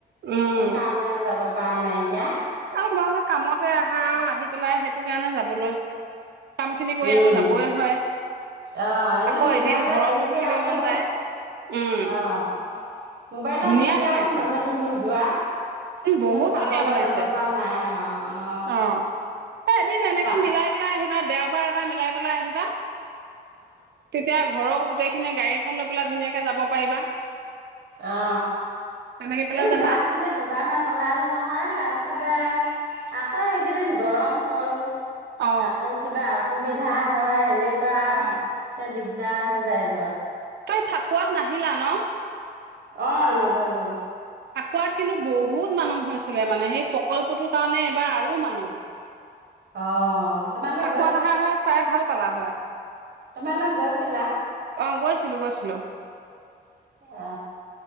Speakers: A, on the right (about 75°); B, on the right (about 65°).
A: উম,
B: সেইকাৰণে যাব প নাইকিয়া
A: আৰু তোমালোকে কামতে আহা আৰু আহি পেলাই সেইটো কাৰণে যাবলৈ কাম খিনি কৰি
B: উম
A: আকৌ যাবই হয়
B: আহ এনে
A: আকৌ
B: মোবাইলত
A: এদিন ঘৰতো
B: দেখি
A: থাকিব
B: আছো
A: মন যায়। উম,
B: আহ মোবাইলত
A: ধুনীয়া
B: দেখি
A: বনাইছে
B: আছো মানুহ ধনু যোৱা এনে
A: বহুত
B: চাবলৈ
A: ধুনীয়া বনাইছে
B: যাব পৰা নাই অ অ
A: আহ এদিন এনেকে
B: তা
A: মিলাই পেলাই আহিবা দেও াৰ <unintelligible> এটা মিলাই পেলাই আহিবা তেতিয়া ঘৰৰ গোটেইখিনি গাড়ী এখন লৈ পেলাই ধুনীয়াকে যাব পাৰিবা
B: অ
A: তেনেকে পেলাই
B: এ
A: যাবা?
B: যাম বোলে দবাৰ ইমান ওলালো নহয় তাৰপিছতে আকৌ এইকেইদিন গৰম হ'ল
A: অ।
B: আকৌ কিবা সুবিধা হয় এনে কোৱাতে
A: অ',
B: দিগ গোটা হৈ যায় গ
A: তই ফাকুৱাত নাহিলা ন
B: অ নগলো
A: ফাকুৱাত কিন্তু বহুত মানুহ হৈছিলে মানে সেই প্ৰকল্পটোৰ কাৰণে এবাৰ আৰু মানুহ
B: অ তোমালোক
A: ফাকুৱাত আহা হয় চাই ভাল পালা হয়
B: তোমাৰ লোক গৈছিলা
A: অ গৈছিলো গৈছিলো
B: আ